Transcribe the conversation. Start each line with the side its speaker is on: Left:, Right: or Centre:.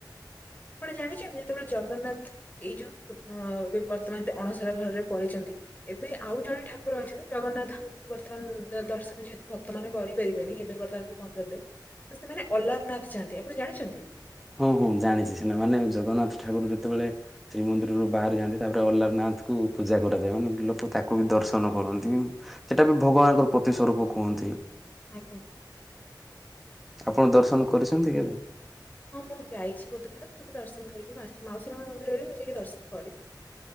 Left: ଆପଣ ଜାଣିଛନ୍ତି ଯେତେବେଳେ ଜଗନ୍ନାଥ ଏଇ ଯୋଉ ଅ ଏ ବର୍ତ୍ତମାନ ଅଣସର ଘରରେ ପଡିଛନ୍ତି। ଏବେ ଆଉ ଜଣେ ଠାକୁର ଅଛନ୍ତି ଜଗନ୍ନାଥଙ୍କୁ ବର୍ତ୍ତମାନ ଦର୍ଶନ ଯେହେତୁ ଭକ୍ତ ମାନେ କରିପାରିବେନି ଏବେ ବର୍ତ୍ତମାନ ପନ୍ଦର ଦିନ ତ ସେମାନେ ଅ୍ଲାରନାଥ ଯାଆନ୍ତି ଆପଣ ଜାଣିଛନ୍ତି।
Centre: ହୁଁ, ହୁଁ ଜାଣିଛି ସିନା ମାନେ ଜଗନ୍ନାଥ ଠାକୁର ଯେତେବେଳେ ଶ୍ରୀମନ୍ଦିରରୁ ବାହାରି ଯାଆନ୍ତି ତାପରେ ଅଲାରନାଥ କୁ ପୂଜା କରାଯାଏ ମାନେ ଲୋକ ତାକୁ ବି ଦର୍ଶନ କରନ୍ତି। ସେଟା ବି ଭଗବାନଙ୍କର ପ୍ରତି ସ୍ୱରୂପ କୁହନ୍ତି।
Left: ଆଜ୍ଞା। ଆଜ୍ଞା
Centre: ଆପଣ ଦର୍ଶନ
Left: ଆଉ
Centre: କରିଛନ୍ତି କେବେ?
Left: ହଁ ମୁଁ ଯାଇଛି ଗୋଟେ ଥର ସେଠି ଦର୍ଶନ କରିକି ମୁଁ ଆସିଛି ମାଉସୀ ମା ମନ୍ଦିରରେ ମୁଁ ଯାଇକି ଦର୍ଶନ କରିଛି।